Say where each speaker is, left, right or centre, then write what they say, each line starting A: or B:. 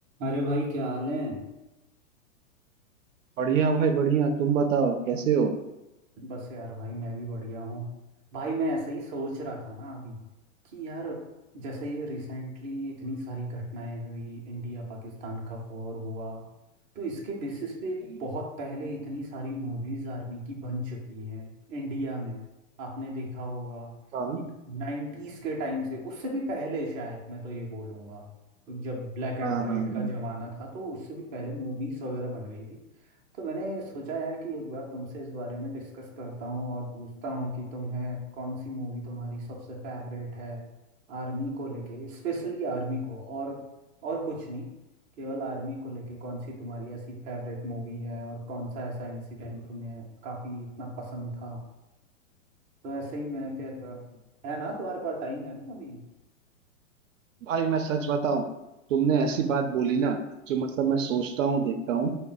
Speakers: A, on the right; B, on the right.
A: अरे भाई क्या हाल है
B: बढ़िया भाई बढ़िया तुम बताओ कैसे हो
A: बस यार भाई मैं भी बढ़िया हूँ भाई मैं ऐसा ही सोच रहा था ना अभी कि यार जैसे ये रिसेंटली इतनी सारी घटनाएं हुई इंडिया पाकिस्तान का वॉर हुआ तो इसके बेसिस पे
B: हम्म,
A: बहुत पहले इतनी सारी मूवीज आर्मी की बन चुकी हैं इंडिया में आपने देखा होगा
B: हाँ
A: कि नाइन्टीज के टाइम से उससे भी पहले शायद मैं तो ये बोलूँगा जब ब्लैक एंड
B: हाँ
A: वाइट
B: हाँ हाँ।
A: का जमाना था तो उससे भी पहले मूवीज वगैरह बन गई थी तो मैंने सोचा यार कि एक बार तुमसे इस बारे में डिस्कस करता हूँ और पूछता हूँ कि तुम्हें कौन सी मूवी तुम्हारी सबसे फेवरेट है आर्मी को लेके स्पेशली आर्मी को और और कुछ नहीं केवल आर्मी को लेके कौन सी तुम्हारी ऐसी फेवरेट मूवी है और कौन सा ऐसा इंसिडेंट तुम्हें काफी इतना पसंद था तो ऐसे ही मैं फिर है ना तुम्हारे पास टाइम है ना अभी
B: भाई मैं सच बताऊं तुमने ऐसी
A: हाँ
B: बात बोली ना जो मतलब मैं सोचता हूँ देखता हूँ